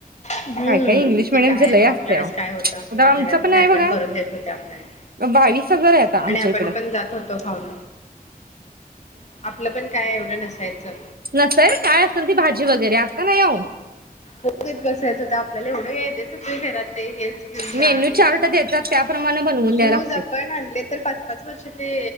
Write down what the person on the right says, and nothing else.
काय काय इंग्लिश
मिडियमच
लय
असतय,
आमचं
पण
आहे बघा
बावीस हजार आहे आता आमच्या
इकडं
नसायच काय असेल ते भाजी वगैरे, आता नाही अहो.
मेन्यू
चार्ट
देतात
त्याप्रमाणे बनवून
द्याय लागतंय